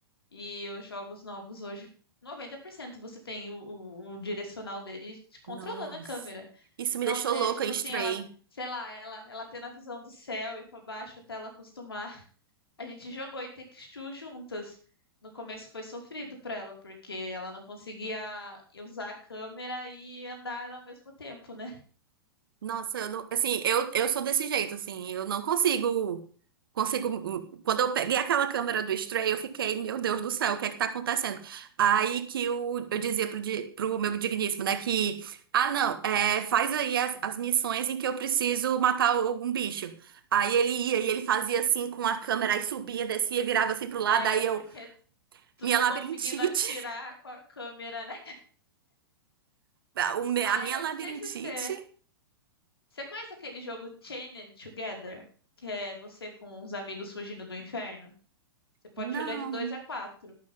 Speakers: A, on the left (about 75°); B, on the right (about 60°).
A: E os jogos novos hoje, 90% você tem o, o- o direcional dele te controlando
B: Nossa.
A: a câmera.
B: Isso me
A: Nossa,
B: deixou louca
A: é tipo
B: em
A: assim,
B: Stray.
A: ela, sei lá, ela, ela tendo a visão do céu e pra baixo até ela acostumar. <laughs> A gente jogou Take-Two juntas. No começo foi sofrido pra ela, porque ela não conseguia usar a câmera e andar ao mesmo tempo, né?
B: Nossa, eu não, assim, eu, eu sou desse jeito, assim, eu não consigo, consigo, hum, quando eu peguei aquela câmera do Stray, eu fiquei, meu Deus do céu, o que é que tá acontecendo? Aí que o, eu dizia pro, di- pro meu digníssimo, né, que, ah, não, é, faz aí as, as missões em que eu preciso matar algum bicho. Aí ele ia e ele fazia assim com a câmera, aí subia, descia, virava assim pro lado,
A: É,
B: aí
A: porque
B: eu,
A: tu
B: minha
A: não
B: labirintite,
A: conseguindo atirar com a câmera, né?
B: <laughs> o me-
A: Ai,
B: a minha
A: eu
B: labirintite,
A: não sei se você. Você conhece aquele jogo Chained Together? Que é você com os amigos fugindo do inferno? Você pode
B: não.
A: jogar de dois a quatro.